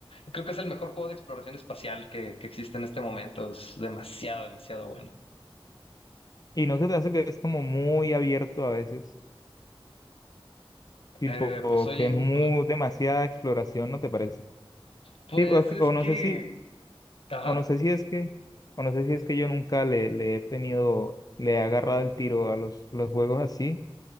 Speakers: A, on the left; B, on the left.
A: Creo que es el mejor juego de exploración espacial que, que existe en este momento. Es demasiado, demasiado bueno.
B: Y no se te hace que es como muy abierto a veces, tipo
A: Eh, pues oye,
B: que es muy
A: un-
B: demasiada exploración, ¿no te parece?
A: pues
B: Tipo, es
A: es
B: o
A: que.
B: no sé si,
A: Ajá,
B: o no sé si es que, o no sé si es que yo nunca le, le he tenido, le he agarrado el tiro a los, los juegos así,